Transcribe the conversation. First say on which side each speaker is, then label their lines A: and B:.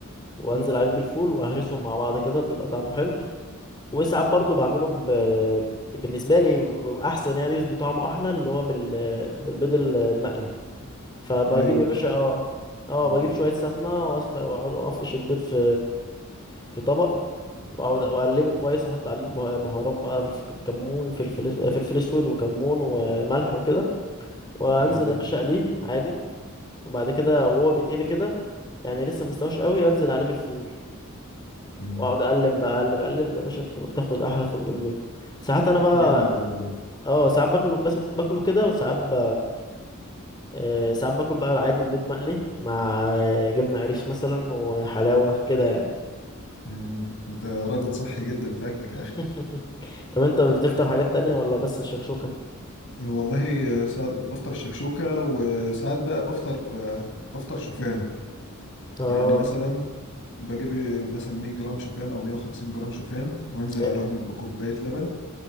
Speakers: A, on the left; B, on the left.
A: وانزل عليه بالفول واهرسهم مع بعض كده بيبقى طعمه حلو وساعات برضو بعمله ب... بالنسبه لي بيبقى احسن يعني بيبقى طعمه احلى اللي هو بال... بالبيض ال- المقلي فبجيب
B: ايوه
A: يا
B: لا
A: باشا اه اه
B: مم.
A: بجيب شويه سمنه وأف- واقعد افقش البيض في في طبق واقعد اقلبه كويس احط عليه البه- بهارات بقى في كمون فلفل فلفل اسود وكمون وملح وكده وانزل
B: ايوه
A: يا باشا اقليه عادي وبعد كده وهو بيتقلي كده يعني لسه مستوش قوي انزل عليه بالفول
B: مم.
A: واقعد اقلب بقى اقلب اقلب يا باشا بتبقى بتاخد احلى فول بالبيت ساعات انا بقى
B: جامد ده والله
A: اه ساعات باكله بس باكله كده وساعات ب... آه، ساعات باكل بقى العادي البيض مقلي مع آه، جبنة قريش مثلا وحلاوة كده يعني
B: مم. انت راجل صحي جدا في اكلك
A: <laughs>
B: يا اخي
A: طب انت بتفطر حاجات تانية ولا بس الشكشوكة
B: والله ساعات بفطر الشكشوكة وساعات بقى بفطر بفطر شوفان
A: اه
B: يعني مثلا بجيب مثلا 100 جرام شوفان او 150 جرام شوفان وانزل
A: حلو
B: عليهم بكوباية لبن